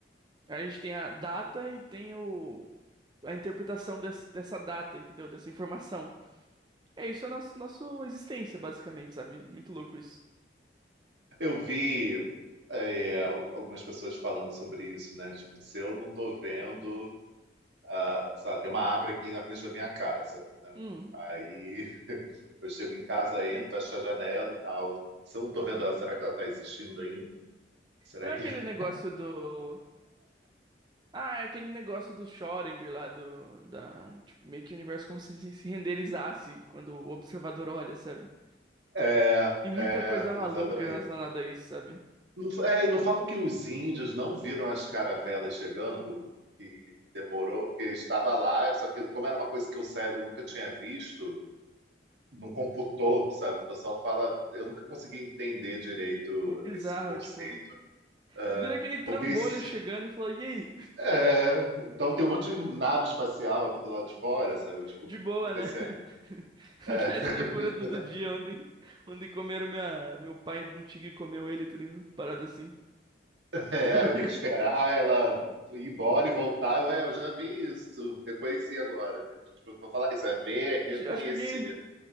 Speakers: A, on the right (about 25°); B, on the right (about 80°).
A: A gente tem a data e tem o... a interpretação des- dessa data, entendeu? Dessa informação. É isso, é nosso, nossa existência, basicamente, sabe? Muito louco isso.
B: Eu vi é, algumas pessoas falando sobre isso, né? Tipo, se eu não estou vendo, ah, sabe, tem uma árvore aqui na frente da minha casa, né?
A: Hum.
B: Aí Eu chego em casa, entro, fecho a janela e tal. Se eu não estou vendo ela, será que ela está existindo ainda? Será
A: Não
B: que.
A: é aquele
B: <laughs>
A: negócio do. Ah, é aquele negócio do Schrödinger lá, do. Da... Tipo, meio que o universo como se se se renderizasse quando o observador olha, sabe?
B: É,
A: E muita
B: é,
A: coisa maluca
B: exatamente.
A: relacionada a isso, sabe?
B: Não, fa- é, e não falo que os índios não viram as caravelas chegando, que demorou, porque estava lá, só que como era uma coisa que o cérebro nunca tinha visto, não computou, sabe? O pessoal fala, eu nunca consegui entender direito
A: Que bizarro,
B: esse conceito,
A: tipo.
B: é,
A: Viu aquele trambolho
B: porque isso,
A: chegando e falou: E aí?
B: é, então tem um monte de nave espacial aqui do lado de fora, sabe? Tipo,
A: De
B: o que tá
A: boa,
B: acontecendo?
A: né? <laughs> Acontece
B: É. <laughs>
A: loucura todo dia. Ontem, ontem comeram minha, meu pai, um tigre comeu ele, tá parada assim.
B: É,
A: <laughs>
B: eu tenho que esperar ela ir embora e voltar. Eu, é, eu já vi isso, reconheci agora. Tipo, pra falar isso, é ver,
A: Acho,
B: é reconhecer.
A: acho que alguém,